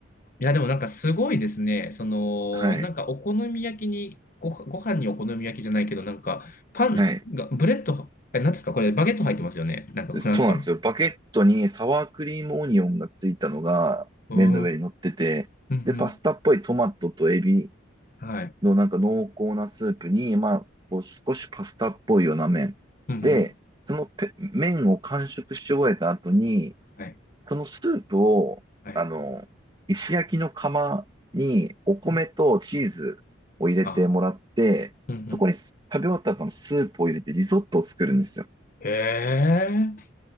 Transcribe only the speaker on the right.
はい。
はい。
そうなんですよ。バゲットにサワークリームオニオンがついたのが麺の上に乗ってて、
で、パスタっぽいトマトとエビ
のなんか濃厚なスープに、まあ、こう少しパスタっぽいような麺。
で、
そのペ麺を完食し終えた後に、
そのスープを、
あの、石焼きの釜にお米とチーズを入れてもらって、
そこに食べ終わった後のスープを入れてリゾットを作るんですよ。